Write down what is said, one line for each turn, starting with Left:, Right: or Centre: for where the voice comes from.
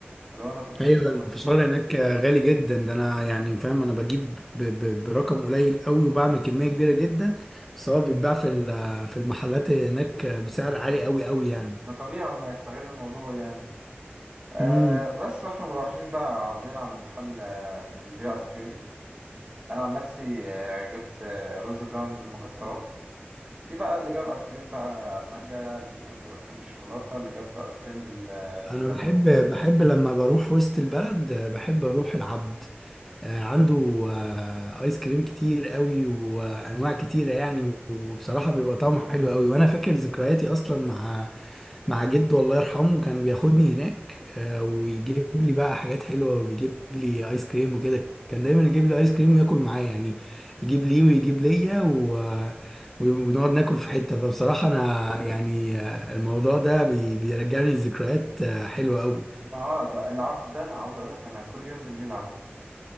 Right: فلو انا كنت
Centre: ايوه
Right: مستغرب
Centre: الفشار
Right: يعني.
Centre: هناك غالي جدا ده انا يعني فاهم انا بجيب ب ب برقم قليل قوي وبعمل كمية كبيرة جدا بس هو بيتباع في ال- في المحلات هناك بسعر عالي قوي قوي يعني
Right: ما طبيعي هما يستغلوا الموضوع يعني آه
Centre: امم
Right: بس واحنا مروحين بقى عدينا على محل آه، كان بيبيع ايس كريم انا عن نفسي آه، جبت آه، رز بلبن بالمكسرات في بقى اللي جاب ايس كريم بقى مانجا اللي جاب ايس كريم بالشوكولاته اللي جاب ايس كريم بال- آه، بالليمون
Centre: انا بحب بحب لما بروح وسط البلد بحب اروح العبد آه، عنده آه، ايس كريم كتير قوي وانواع كتيره يعني وبصراحه بيبقى طعمه حلو قوي وانا فاكر ذكرياتي اصلا مع مع جده الله يرحمه كان بياخدني هناك آه، ويجيب لي بقى حاجات حلوه وبيجيب لي ايس كريم وكده كان دايما يجيب لي ايس كريم وياكل معايا يعني يجيب لي ويجيب ليا و... و- ونقعد ناكل في حته فبصراحه انا يعني آه، الموضوع ده بي... بيرجعني لذكريات آه، حلوه قوي
Right: ما اه ده العب ده انا عاوز اقول لك انا كل يوم بالليل عنده